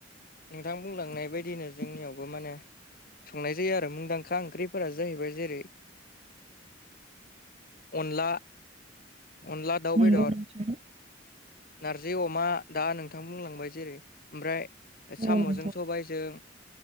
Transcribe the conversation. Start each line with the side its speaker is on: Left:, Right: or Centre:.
Left: नोंथां बुंलांनाय बायदिनो जोंनियावबो माने संनाय जायो आरो मुंदांखा ओंख्रिफोरा जाहैबाय जेरै अनला अनला दाउ
Right: नंगौ
Left: बेदर
Right: नोंथां
Left: नार जि अमा दा नोंथां बुंलांबाय जेरै ओमफ्राय
Right: औ
Left: साम'जों
Right: नोंथां
Left: सबायजों